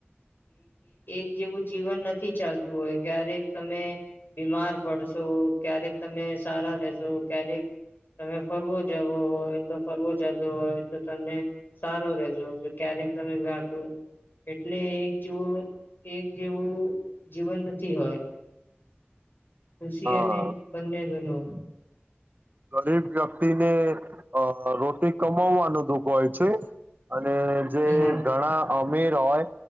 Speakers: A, on the left; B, on the right.
A: એક જેવું જીવન નથી ચાલતું હોય ક્યારેક તમે બીમાર પડશો ક્યારેક તમે સારા રેશો ક્યારેક તમે ફરવો જવો હોય. તો ફરવો જતો હોય તો તમને સારો રેજો જો ક્યારેક તમે ગતું એટલે એક જેવું એક જેવું જીવન નથી હોય. ખુશી
B: હા
A: અને બંને ગનો <inaudible>
B: ગરીબ વ્યક્તિને અ રોટી કમાવવાનું દુઃખ હોય છે. અને જે
A: હા
B: ઘણા અમીર હોય